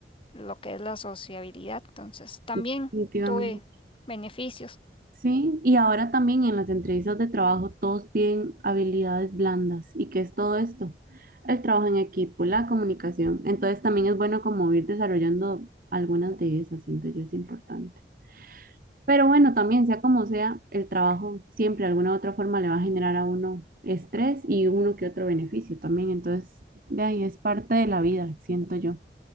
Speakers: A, on the left; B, on the right.
A: lo que es la sociabilidad. Entonces, también
B: Definitivamente.
A: tuve beneficios.
B: Sí, y ahora también en las entrevistas de trabajo todos piden habilidades blandas. ¿Y qué es todo esto? El trabajo en equipo, la comunicación. Entonces también es bueno como ir desarrollando algunas de esas, siento yo, es importante. Pero bueno, también sea como sea, el trabajo siempre de alguna u otra forma le va a generar a uno estrés y uno que otro beneficio también. Entonces, de ahí es parte de la vida, siento yo.